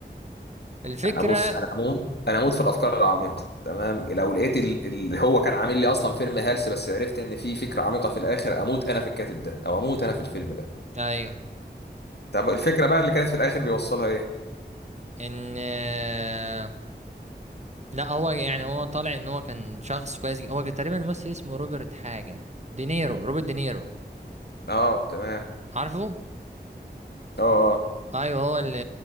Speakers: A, on the right (about 40°); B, on the left (about 70°).
A: الفكرة
B: انا بص انا اموت انا اموت في الافكار العميقه تمام لو لقيت ال- اللي هو كان عامل لي اصلا فيلم هلس بس عرفت ان في فكره عميقه في الاخر اموت انا في الكاتب ده او اموت انا في الفيلم ده
A: أيوه
B: طب الفكره بقى اللي كانت في الاخر بيوصلها ايه
A: إن آه، لا هو يعني هو طالع إن هو كان شخص كويس جدا. هو كان تقريبا ممثل اسمه روبرت حاجة دينيرو روبرت دينيرو
B: اه تمام
A: عارفه؟
B: اه اه
A: أيوه هو اللي